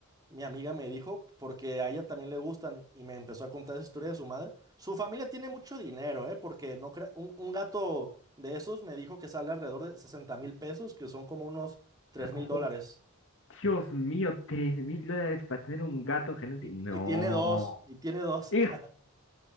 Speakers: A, on the right (about 15°); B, on the left (about 60°).
A: Mi amiga me dijo, porque a ella también le gustan, y me empezó a contar esa historia de su madre. Su familia tiene mucho dinero, ¿eh? Porque no crea- un, un gato de esos me dijo que sale alrededor de sesenta mil pesos, que son como unos tres
B: <laughs> Oh,
A: mil dólares.
B: Dios mío, tres mil dólares para tener un gato genético.
A: Y,
B: No.
A: y tiene dos, y tiene dos.
B: <laughs> Y,
A: <laughs>